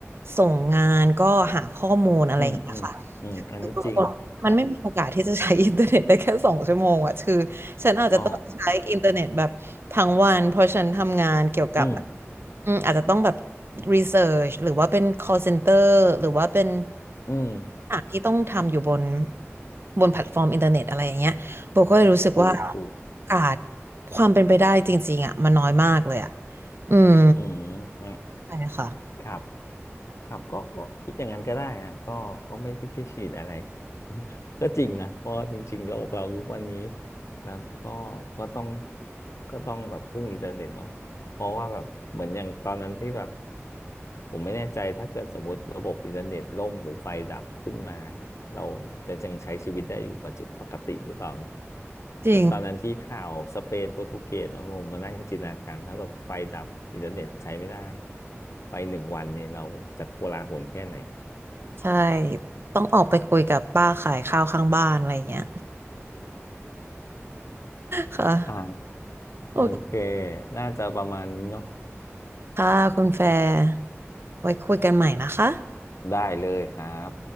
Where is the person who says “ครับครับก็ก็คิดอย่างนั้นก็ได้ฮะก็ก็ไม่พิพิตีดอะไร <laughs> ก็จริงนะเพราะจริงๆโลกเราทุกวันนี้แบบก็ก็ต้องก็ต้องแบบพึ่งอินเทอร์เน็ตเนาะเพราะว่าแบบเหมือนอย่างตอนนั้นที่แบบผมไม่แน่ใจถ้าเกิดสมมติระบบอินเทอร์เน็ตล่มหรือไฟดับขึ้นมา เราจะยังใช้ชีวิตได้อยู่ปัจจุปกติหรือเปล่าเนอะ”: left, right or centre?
Left